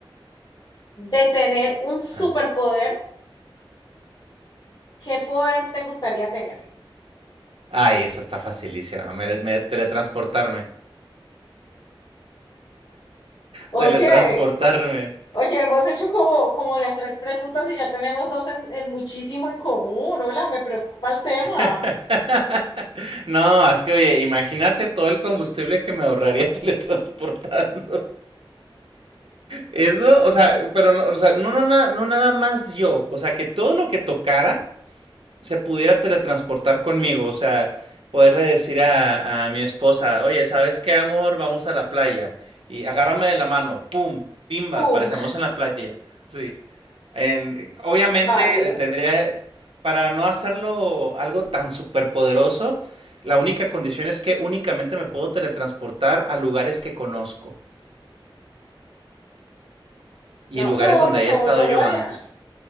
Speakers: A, on the left (about 55°); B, on the right (about 85°).
A: de tener un superpoder,
B: Ah.
A: ¿Qué poder te gustaría tener?
B: Ay, esa está facilísima. Me- me- teletransportarme.
A: Oye,
B: Teletransportarme.
A: oye, hemos hecho como, como de a tres preguntas y ya tenemos dos en, en muchísimo en común. Hola, me preocupa el tema.
B: <laughs> No, es que oye, imagínate todo el combustible que me ahorraría <laughs> teletransportarme. Eso, o sea, pero no, o sea, no, no, na- no nada más yo, o sea, que todo lo que tocara se pudiera teletransportar conmigo, o sea, poderle decir a, a mi esposa, oye, ¿sabes qué, amor? Vamos a la playa y agárrame de la mano, pum, pimba,
A: ¡Pum!
B: aparecemos en la playa, sí. En- obviamente
A: Válido.
B: eh, tendría, para no hacerlo algo tan superpoderoso, la única condición es que únicamente me puedo teletransportar a lugares que conozco y
A: No,
B: lugares
A: no,
B: donde
A: no,
B: haya
A: no,
B: estado
A: yo lo
B: yo
A: haría,
B: antes.